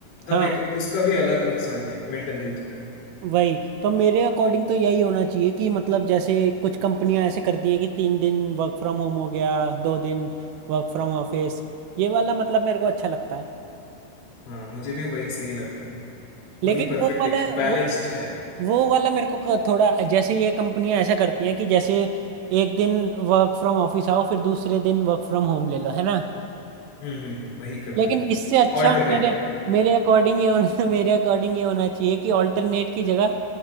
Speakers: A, on the right (about 80°); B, on the left (about 85°).
A: हाँ
B: तब एक उसका भी अलग नुकसान है मेंटल हेल्थ का
A: वही तो मेरे अकॉर्डिंग तो यही होना चाहिए कि मतलब जैसे कुछ कंपनियां ऐसे करती हैं कि तीन दिन वर्क फ्रॉम होम हो गया दो दिन वर्क फ्रॉम ऑफिस ये वाला मतलब मेरे को अच्छा लगता है
B: हाँ मुझे भी वही सही लगता है
A: लेकिन
B: वही परफेक्ट
A: वो वाला
B: एक बैलेंस्ड
A: वो
B: है
A: वो वाला मेरे को क- थोड़ा जैसे ये कंपनियां ऐसा करती हैं कि जैसे एक दिन वर्क फ्रॉम ऑफिस आओ फिर दूसरे दिन वर्क फ्रॉम होम ले लो है ना
B: हम्म हम्म हम्म, वही करते
A: लेकिन
B: हैं
A: इससे अच्छा
B: ऑल्टरनेट
A: मेरे मेरे अकॉर्डिंग ये होना <laughs> मेरे अकॉर्डिंग ये होना चाहिए कि ऑल्टरनेट की जगह